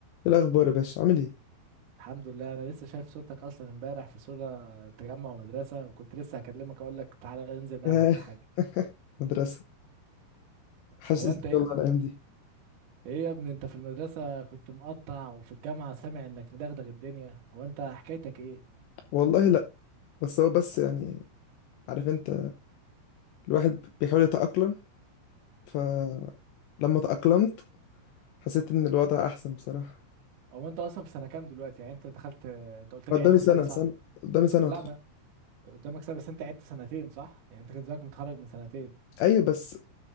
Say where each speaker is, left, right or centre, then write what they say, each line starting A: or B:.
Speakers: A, on the left (about 80°); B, on the right (about 55°).
A: إيه الأخبار يا باشا عامل إيه؟
B: الحمد لله انا لسه شايف صورتك اصلا امبارح في صورة تجمع مدرسة وكنت لسه هكلمك اقول لك تعالى ننزل
A: ياه
B: قهوة ولا حاجة
A: مدرسة حشتني
B: هو انت ايه
A: والله الأيام دي
B: ايه يا ابني انت في المدرسة كنت مقطع وفي الجامعة سامع انك مدغدغ الدنيا هو انت حكايتك ايه
A: والله لأ بس هو بس يعني عارف أنت الواحد بيحاول يتأقلم فلما تأقلمت حسيت إن الوضع أحسن بصراحة
B: هو انت اصلا في سنة كام دلوقتي يعني انت دخلت انت قلت لي
A: قدامي
B: عدت
A: سنة
B: سنة صح
A: سنة قدامي سنة
B: أم
A: وأتخرج
B: لا ما قدامك سنة بس انت عدت سنتين صح يعني انت كان زمانك متخرج من سنتين
A: أيوة بس